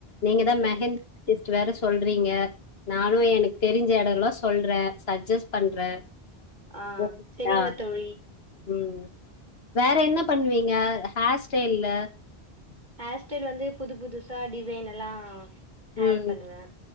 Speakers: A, on the left (about 65°); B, on the right (about 45°).
A: நீங்க தா
B: ம்
A: மெஹந் டிஸ் வேற சொல் சொல்றீங்க நானு எனக்கு தெரிஞ்ச இடத்துல்லா சொல்றே ச்ஜஸ்ட் பண்றே
B: ஆ
A: ஓகேங்களா
B: செரிங்க தோழி
A: ம் வேற என்ன பண்ணுவீங்க ஹேர் ஸ்டைல்ல
B: ஹேர் ஸ்டைல் வந்து புது புதுசா டிசைன் எல்லா ஹேர்
A: ம்
B: பண்ணுவே